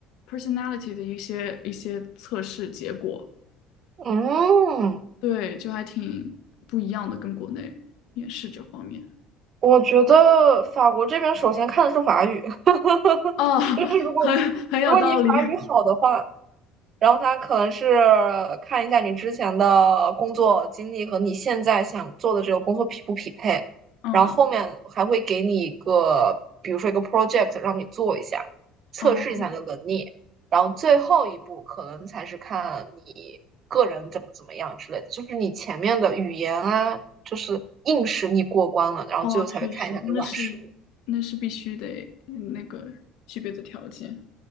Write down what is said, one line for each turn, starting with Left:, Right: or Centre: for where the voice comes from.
Left: personality 的一些一些测试结果，
Right: 嗯，
Left: 对，就还挺不一样的，跟国内面试这方面。
Right: 我觉得法国这边首先看的是法语，<laughs>
Left: 哦，<laughs>
Right: 就是如果
Left: 很很有道理。
Right: 如果你法语好的话，
Left: <laughs>
Right: 然后他可能是看一下你之前的工作经历和你现在想做的这个工作匹不匹配，
Left: 嗯，
Right: 然后后面还会给你一个，比如说一个 project 让你做一下，测试一下你的能力，
Left: 嗯
Right: 然后最后一步可能才是看你个人怎么怎么样之类的，就是你前面的语言啊，就是硬实力过关了，然后最后才会看一下你的软实力。
Left: 哦，确实，那是一那是必须得嗯那个具备的条件。